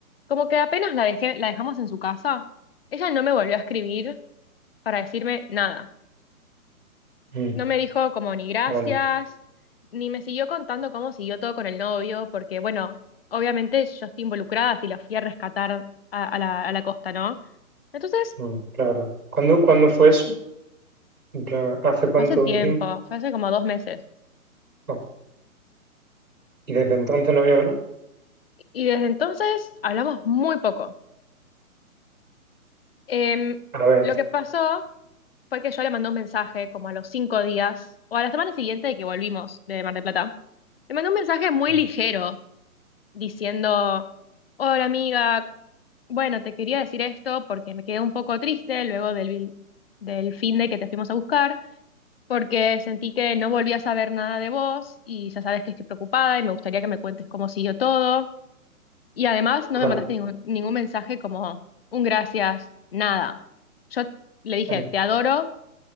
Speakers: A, on the left (about 40°); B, on the right (about 85°).
A: como que apenas la dejé, la dejamos en su casa, ella no me volvió a escribir para decirme nada.
B: mm,
A: No me dijo como ni gracias,
B: vale.
A: ni me siguió contando cómo siguió todo con el novio, porque bueno, obviamente yo estoy involucrada si la fui a rescatar a, a la, a la costa, ¿no? Entonces,
B: Mm, claro. ¿Cuándo, cuándo fue eso? En plan, ¿hace
A: esto
B: cuánto
A: fue hace tiempo,
B: tiempo?
A: fue hace como dos meses.
B: No. Y desde entonces no había hablado.
A: Y desde entonces hablamos muy poco. Em,
B: A ver,
A: lo que pasó fue que yo le mandé un mensaje como a los cinco días, o a la semana siguiente de que volvimos de Mar del Plata. Le mandé un mensaje muy
B: no,
A: ligero, diciendo, hola amiga, bueno, te quería decir esto porque me quedé un poco triste luego del, del fin de que te fuimos a buscar, porque sentí que no volví a saber nada de vos y ya sabes que estoy preocupada y me gustaría que me cuentes cómo siguió todo. Y además
B: claro.
A: no me mandaste ningún, ningún mensaje como un gracias, nada. Yo le dije,
B: Bueno,
A: te adoro,